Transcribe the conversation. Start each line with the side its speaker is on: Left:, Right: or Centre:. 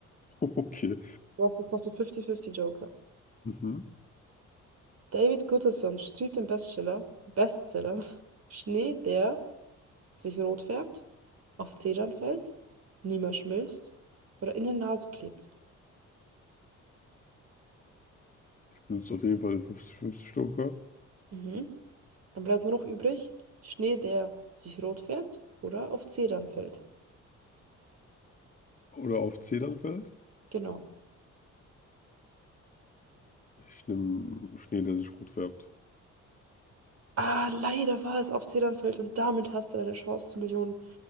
Left: <laughs> Okay.
Right: Du hast jetzt noch den 50-50 Joker.
Left: Mhm.
Right: David Gutterson schrieb den Bestseller, Bestseller <laughs> Schnee, der sich rot färbt, auf Zedern fällt, niemals schmilzt oder in der Nase klebt.
Left: benutzt auf jeden Fall 50-50 stoker
Right: Mhm. Dann bleibt nur noch übrig Schnee, der sich rot färbt oder auf Zedern fällt.
Left: Oder auf Zedernfeld.
Right: Genau.
Left: Ich nehme Schnee, der sich rot färbt.
Right: Ah, leider war es auf Zedern fällt und damit hast du deine Chance zur Million